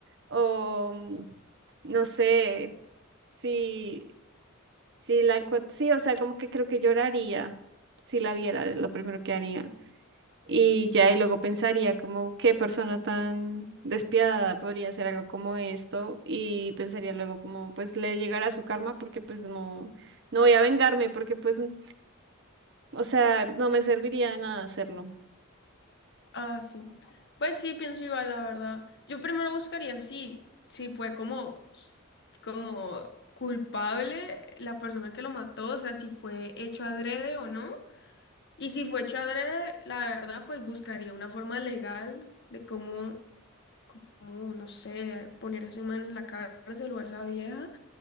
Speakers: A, on the right; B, on the left.
A: o mm, no sé, si, si la encuentro, sí, o sea, como que creo que lloraría si la viera, es lo primero que haría. Y ya, y luego pensaría como qué persona tan despiadada podría hacer algo como esto y pensaría luego como pues le llegará su karma porque pues no, no voy a vengarme porque pues, n- o sea, no me serviría de nada hacerlo.
B: Ah, sí. Pues sí, pienso igual, la verdad. Yo primero buscaría si, si fue como, como culpable la persona que lo mató, o sea, si fue hecho adrede o no. Y si fue hecho adrede, la verdad, pues buscaría una forma legal de cómo, cómo, no sé, poner a ese man en la cárcel o a esa vieja.